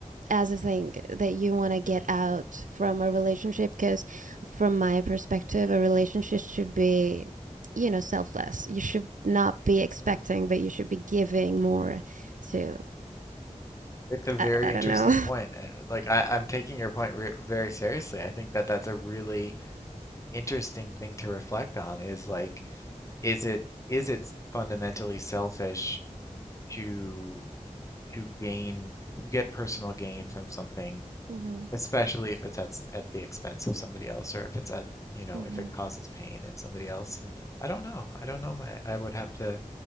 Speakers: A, on the right; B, on the left.
A: as a thing that you want to get out from a relationship because from my perspective a relationship should be you know selfless you should not be expecting
B: Hmm.
A: but you should be giving more to
B: It's a very
A: i, I don't
B: interesting
A: know
B: point. Uh, Like I, I'm taking your point re very seriously. I think that that's a really interesting thing to reflect on is like, is it is it fundamentally selfish to to gain to get personal gain from something,
A: <laughs> mm-hmm,
B: especially if it's at s- at the expense of somebody else or if it's at, you know,
A: mm-hmm.
B: if it causes pain in somebody else. And I don't know. I don't know my I would have to